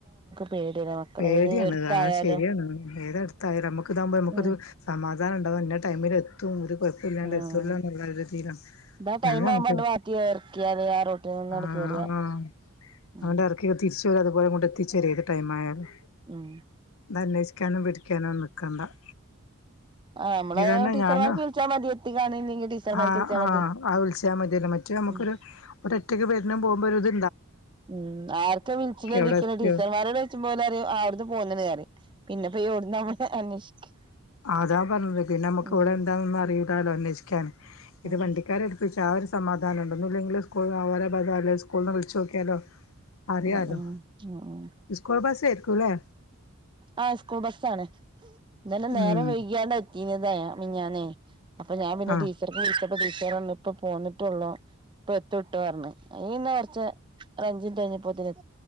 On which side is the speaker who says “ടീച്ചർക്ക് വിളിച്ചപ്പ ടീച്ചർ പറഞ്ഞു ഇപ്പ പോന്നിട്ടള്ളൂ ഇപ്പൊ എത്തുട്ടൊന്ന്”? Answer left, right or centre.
Right